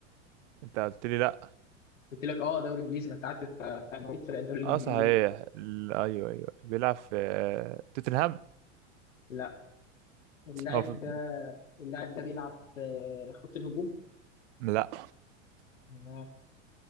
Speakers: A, on the right (about 65°); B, on the left (about 90°).
A: انت قلت لي لا
B: قلت لك اه دوري انجليزي ما انت قعدت تقول فرق الدوري الانجليزي
A: اه صحيح
B: ليه؟
A: ال- ايوه ايوه بيلعب في آه، توتنهام
B: لا اللاعب
A: او في...
B: ده اللاعب ده بيلعب في خط الهجوم
A: لا
B: آه،